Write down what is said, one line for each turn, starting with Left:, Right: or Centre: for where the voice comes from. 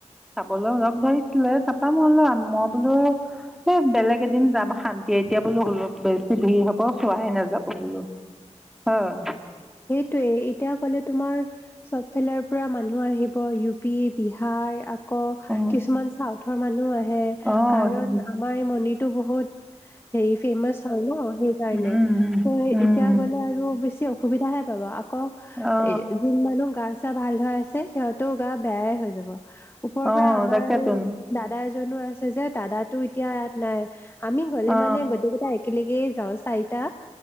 Centre: চাবলৈ লগ ধৰিছিলে তাপা মোলে মই বোলো এই বেলেগ এদিন যাম শান্তিয়ে এতিয়া বোলো হল বেছি ভিৰ হব চোৱাহে নাযাব বোলো, হয়।
Left: সেইটোয়ে এতিয়া ক'লে তোমাৰ চব ফালৰ পৰা মানুহ আহিব ইউ পি, বিহাৰ আকৌ
Centre: উম
Left: কিছুমান চাউথৰ মানুহ আহে এ
Centre: অ
Left: কাৰণ
Centre: অ
Left: আমাৰ এই মন্দি টো বহুত হেই ফেমাচ হয় ন সেইকাৰণে,
Centre: উম
Left: ত'
Centre: উম
Left: এতিয়া গ'লে আৰু অবইচে অ সুবিধাহে পাব, আকৌ
Centre: অ
Left: এ যোন মানুহ গাছ যাৰ ভাল <unintelligible> আছে সিহঁতেও গা বেয়ায়ে হৈ যাব। ওপৰৰ
Centre: অ
Left: পৰা আমাৰ
Centre: তাকেতো
Left: দাদাৰ জনো আছে যে দাদাটো এতিয়া ইয়াত নাই আমি গ'লে
Centre: অ
Left: মানে গোটেইকেইটাই একেলগেই যাওঁ, চাৰিটা